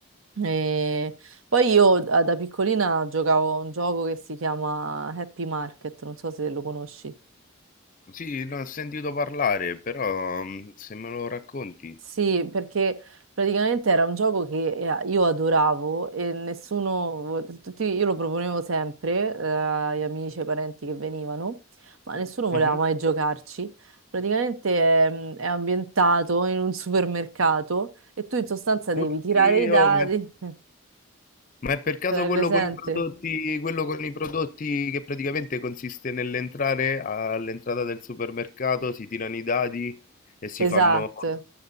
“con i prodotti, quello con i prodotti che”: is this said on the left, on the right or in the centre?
Left